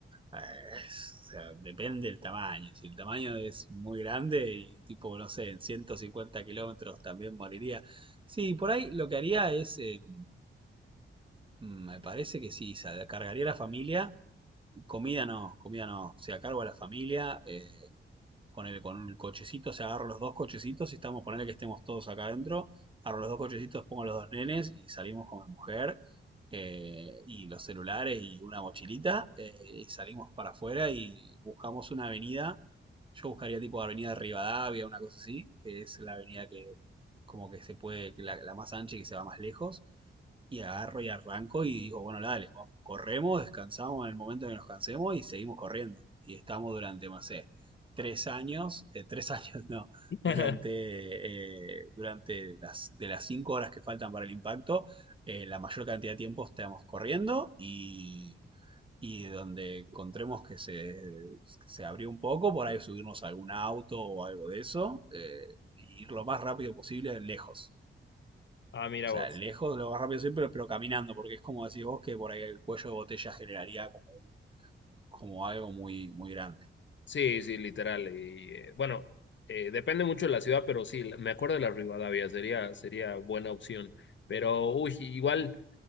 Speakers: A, on the right; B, on the left.
A: Ah, Es- o sea, depende del tamaño. Si el tamaño es muy grande y tipo, no sé, en 150 kilómetros también moriría. Sí, por ahí lo que haría es, eh, mm, me parece que sí, sa- cargaría a la familia Comida no, comida no. O sea, a cargo de la familia, eh, ponele con el cochecito, o sea, agarro los dos cochecitos y estamos, ponele que estemos todos acá adentro, agarro los dos cochecitos, pongo los dos nenes y salimos con mi mujer eh, y los celulares y una mochilita eh, y salimos para afuera y buscamos una avenida. Yo buscaría tipo avenida de Rivadavia, una cosa así, que es la avenida que como que se puede, que la, la más ancha y que se va más lejos y agarro y arranco y digo, bueno, dale, vamos, corremos, descansamos en el momento en que nos cansemos y seguimos corriendo. Y estamos durante, no sé, tres años, eh, tres <laughs> años no,
B: <laughs>
A: durante, eh, durante las, de las cinco horas que faltan para el impacto, eh, la mayor cantidad de tiempo estamos corriendo y, y donde encontremos que se, que se abrió un poco, por ahí subirnos a algún auto o algo de eso, eh, y ir lo más rápido posible lejos.
B: Ah, mira
A: O sea,
B: vos.
A: lejos de lo más rápido siempre, pero caminando, porque es como decís vos que por ahí el cuello de botella generaría como, un, como algo muy, muy grande.
B: Sí, sí, literal. Y eh, bueno, eh, depende mucho de la ciudad, pero sí, la- me acuerdo de la Rivadavia, sería, sería buena opción. Pero, uy, igual,